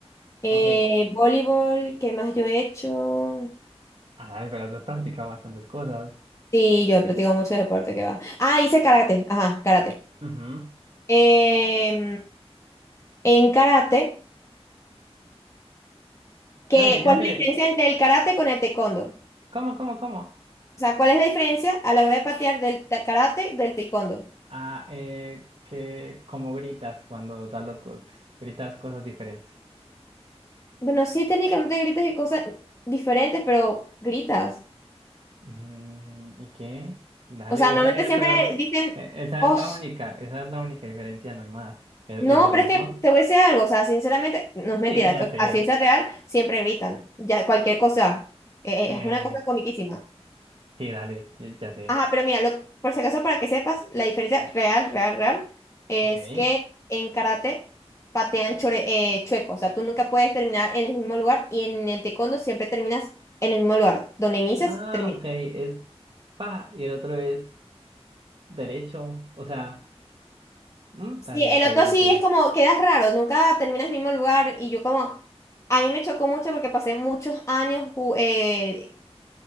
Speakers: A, on the left; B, on the right.
A: Eh,
B: ok.
A: voleibol, ¿qué más yo he hecho?
B: Ah, dale, pero has practicado bastantes cosas.
A: Sí, yo he practicado mucho deporte, ¿qué va? Ah, hice karate. Ajá, karate.
B: Ujú.
A: Em, en karate, ¿qué,
B: Dale, ya
A: cuál
B: sé.
A: es la diferencia entre el karate con el taekwondo?
B: ¿Cómo, cómo, cómo?
A: O sea, ¿cuál es la diferencia a la hora de patear del ta- karate del taekwondo?
B: Ah, eh, que como gritas cuando das los golpes. Gritas cosas diferentes.
A: Bueno, sí, técnicamente gritas y cosas diferentes, pero gritas.
B: Mm, ¿y qué? Dale,
A: O sea, normalmente
B: es la- eh,
A: siempre
B: pero
A: dicen,
B: eh, esa
A: oh,
B: es la única, esa es la única diferencia, no hay más. ¿Es,
A: No,
B: es lo mismo?
A: pero es que te
B: <laughs>
A: voy a decir algo, o sea, sinceramente, no es mentira,
B: Sí, ya
A: esto,
B: sé.
A: a ciencia real siempre gritan, ya cualquier cosa, eh,
B: Eh,
A: eh, es una cosa comiquísima.
B: sí, dale, ya ya sé.
A: Ajá, pero mira, lo- por si acaso, para que sepas, la diferencia real, real, real, es
B: Ok.
A: que en karate patean chore- eh, chueco, o sea, tú nunca puedes terminar en el mismo lugar y en el taekwondo siempre terminas en el mismo lugar, donde inicias,
B: Ah,
A: terminas.
B: ok, es pa y el otro es... derecho, o sea, mm,
A: Sí,
B: dale,
A: el
B: ok,
A: otro
B: ya
A: sí
B: entendí.
A: es como, quedas raro, nunca terminas en el mismo lugar y yo como, a mí me chocó mucho porque pasé muchos años ju- eh,